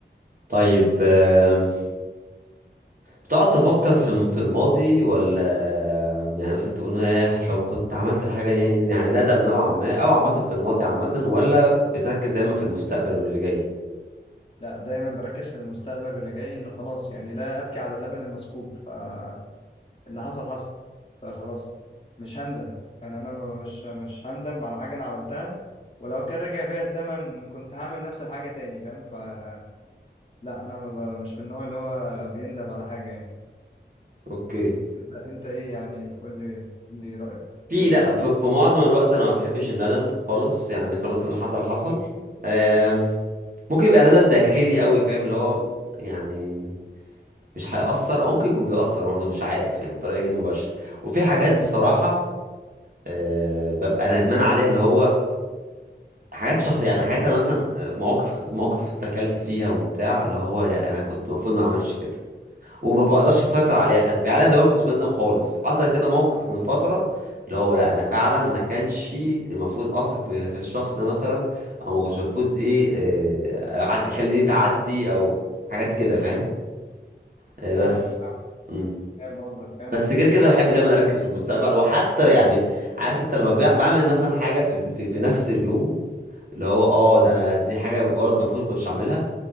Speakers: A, on the right; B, on the left.
A: طيب آم، بتقعد تفكر في الم- في الماضي ولا يعني مثلا تقول ايه لو كنت عملت الحاجة دي يعني ندم نوعا ما او عامة في الماضي عامة ولا بتركز دايما في المستقبل واللي جاي
B: لا دايما بركز في المستقبل واللي جاي ان خلاص يعني لا ابكي على لبن المسكوب فاللي حصل حصل فخلاص مش هندم يعني انا م- مش مش هندم على حاجه انا عملتها ولو كان رجع بيا الزمن كنت هعمل نفس الحاجه تاني فاهم فلا انا ما ب- مش من النوع اللي هو بيندم على حاجه يعني
A: اوكي
B: انت انت ايه يعني قول لي قول لي رايك
A: في
B: وجهه
A: لا
B: نظرك
A: في في معظم الوقت انا ما بحبش الندم خالص يعني خلاص اللي حصل حصل آم، ممكن يبقى ندم داخلي قوي فاهم اللي هو يعني مش هيأثر او ممكن يكون بيأثر برضه مش عارف يعني بطريقة غير مباشرة وفي حاجات بصراحة آه، ببقى ندمان عليها اللي هو حاجات شخص يعني حاجات انا مثلا آه، مواقف مواقف اتكلت فيها وبتاع اللي هو يا انا كنت المفروض ما اعملش كده وما بقدرش اسيطر عليها للاسف يعني انا زمان كنت بندم خالص حصل كده موقف من فتره اللي هو لا انا فعلا ما كانش المفروض اثق في, في الشخص ده مثلا او ما كنتش المفروض ايه آه، أعد- اخليه تعدي او حاجات كده فاهم آه، بس
B: فاهمك فاهمك
A: مم.
B: فاهم قصدك فاهم
A: بس غير كده بحب دايما اركز في المستقبل وحتى يعني عارف انت لما بع- بعمل مثلا حاجه في ال- في, في نفس اليوم اللي هو اه ده انا دي حاجه غلط المفروض ما كنتش اعملها